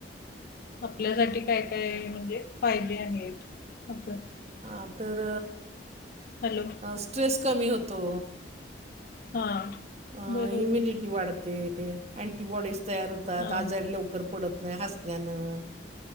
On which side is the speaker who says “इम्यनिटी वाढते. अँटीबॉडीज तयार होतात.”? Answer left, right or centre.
Right